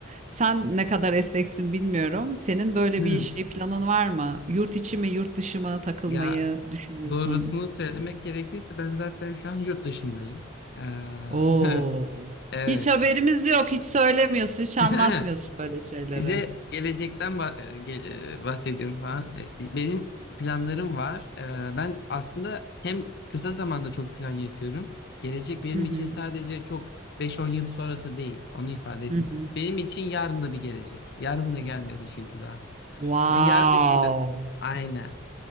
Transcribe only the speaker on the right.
Sen ne kadar esneksin bilmiyorum. Senin böyle
bir şey planın var mı? Yurt içi mi, yurt dışı mı takılmayı
düşünüyorsun?
Oo.
Hiç haberimiz yok. Hiç söylemiyorsun, hiç
anlatmıyorsun böyle şeyleri.
Hı hı.
Hı hı.
Wow.